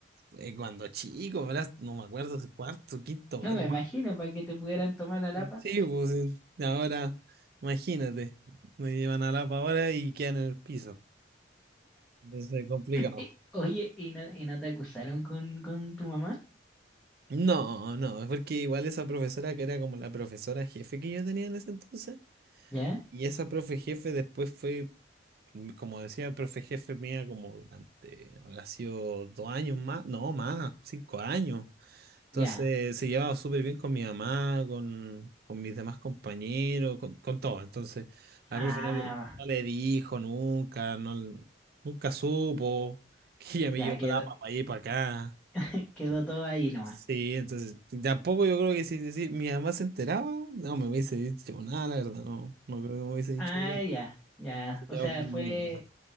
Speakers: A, on the right (about 50°); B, in the centre.
A: Eh, Cuando chico, ¿verdad? No me acuerdo, cuarto, quinto,
B: No
A: ¿verdad?
B: me imagino para que te pudieran tomar a Lapa.
A: Sí, pues sí. ahora, imagínate, me llevan a la ahora y quedan en el piso. Entonces, complicado.
B: Eh, oye, ¿y no, y no te acusaron con, con tu mamá?
A: No, no, es porque igual esa profesora que era como la profesora jefe que yo tenía en ese entonces,
B: ¿Ya?
A: y esa profe jefe después fue m- como decía el profe jefe mía, como durante, habrá sido dos años más, no más, cinco años. Entonces
B: Ya.
A: se llevaba súper bien con mi mamá, con, con mis demás compañeros, con, con todo. Entonces la
B: Ah,
A: profe no le, no le dijo nunca, no, l- nunca supo <laughs> que ella me
B: ya
A: llevó
B: quedó,
A: la para allí para acá.
B: <laughs> quedó todo ahí nomás.
A: Sí, entonces tampoco yo creo que si decir mi mamá se enteraba, no me hubiese dicho nada, la verdad, no, no creo que me hubiese dicho
B: Ah,
A: algo.
B: ya, ya.
A: Se quedaba
B: O sea,
A: como
B: fue,
A: anécdota.